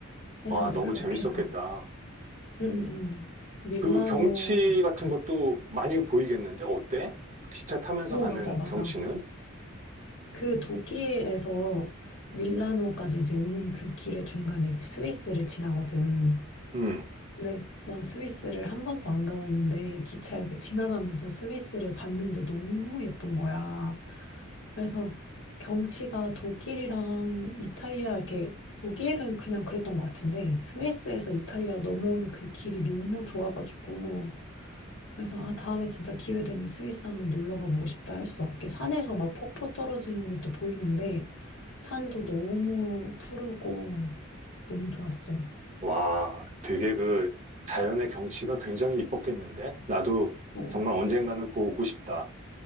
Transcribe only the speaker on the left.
해서
이제
그렇게
해서 응, 응, 응. 밀라노
갔어.
어,
맞아, 맞아.
그 독일에서 밀라노까지 이제 오는 그 길의 중간에 이제 스위스를 지나거든.
네, 난 스위스를 한 번도 안 가봤는데 기차 이렇게 지나가면서 스위스를 봤는데 너무 예쁜 거야. 그래서 경치가 독일이랑 이탈리아 이렇게 독일은 그냥 그랬던 것 같은데 스위스에서 이탈리아 넘어오는 그 길이 너무 좋아가지고 그래서 아 다음에 진짜 기회 되면 스위스 한번 놀러 가보고 싶다 했어. 이렇게 산에서 막 폭포 떨어지는 것도 보이는데 산도 너무 푸르고 너무 좋았어.
어.